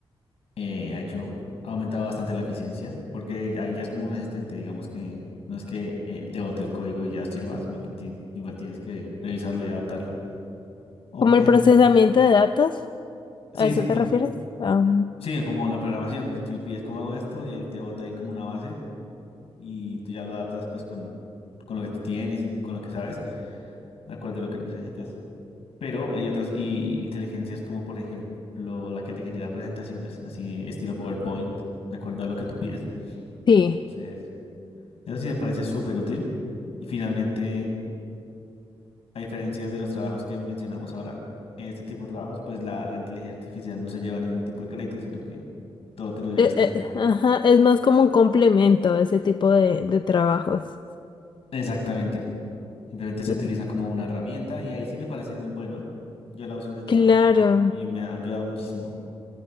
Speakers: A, on the left; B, on the left.
A: eh, ha hecho, ha aumentado bastante la eficiencia, porque ya- ahí ya es como un asistente, digamos que no es que eh, te bote el código y ya sirva, sino que ti- igual tienes que revisarlo y adaptarlo. O
B: Como
A: por
B: el
A: ejemplo,
B: procesamiento de datos,
A: sí,
B: ¿a eso
A: exacto,
B: te refieres? Ah,
A: sí, como la programación, que tú le pides cómo hago esto y él te bota ahí como una base y tú ya lo adaptas pues con, con lo que tú tienes y con lo que sabes. de acuerdo a lo que necesitas. Pero hay otras y, inteligencias como por ejemplo la que te genera presentaciones, así estilo PowerPoint, de acuerdo a lo que tú pides.
B: sí,
A: Entonces, eso sí me parece súper útil. Y finalmente, a diferencia de los trabajos que mencionamos ahora, en este tipo de trabajos, pues la, la inteligencia artificial no se lleva ningún tipo de crédito, sino que todo te lo llevas
B: Eh,
A: tú.
B: eh, ajá, es más como un complemento a ese tipo de, de trabajos.
A: Exactamente. Simplemente se
B: Mm,
A: utiliza como una herramienta y ahí sí me parece muy bueno. Yo la uso en el trabajo
B: Claro,
A: y me ha ayudado muchísimo.